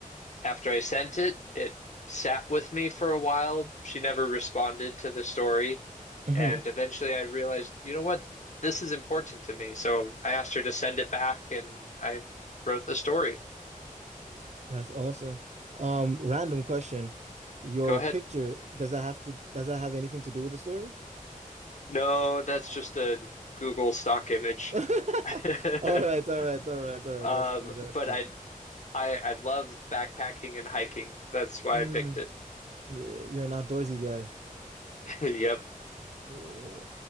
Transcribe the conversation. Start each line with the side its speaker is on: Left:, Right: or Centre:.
Left: After I sent it, it sat with me for a while. She never responded to the story.
Right: Mhm.
Left: And eventually I realized, you know what? This is important to me. So I asked her to send it back and I wrote the story.
Right: That's awesome. Um, random question. Your
Left: Go ahead.
Right: picture, does that have to, does that have anything to do with the story?
Left: No, that's just a Google stock image.
Right: <laughs>
Left: <laughs>
Right: All right, all right, all right, all right.
Left: Um,
Right: That's cool. That's
Left: but
Right: cool.
Left: I, I I love backpacking and hiking. That's why
Right: Mm,
Left: I picked it.
Right: yeah, you're an outdoorsy guy.
Left: <laughs> Yep.
Right: Yeah.